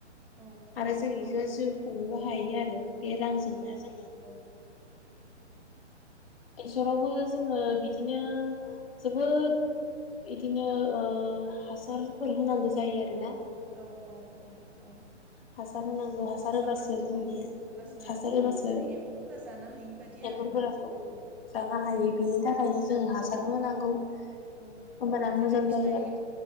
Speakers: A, in the centre; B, on the left.
A: औ औ
B: आरो जों बेखौ जिउ हुंनोबो हायो आरो बे रांजोंनो
A: औ
B: जोङो
A: औ
B: बेसरावबो जोङो बिदिनो जोबोद बिदिनो हासारफोर होनांगौ जायो आरो ना
A: औ औ-औ-औ
B: हासार होनांगौ
A: हासार
B: होबासो
A: नांगौ
B: जोंनिया
A: औ हबासो
B: हासार होबासो
A: जेरै एम्फौफोरा जानो हायि बायदि
B: एम्फौफोरा
A: आरोना
B: जों
A: औ
B: जानो हायो बेनि थाखायनो जों हासारबो होनांगौ
A: औ
B: होमबाना मोजां
A: जेरै फिथाइ
B: जायो आरो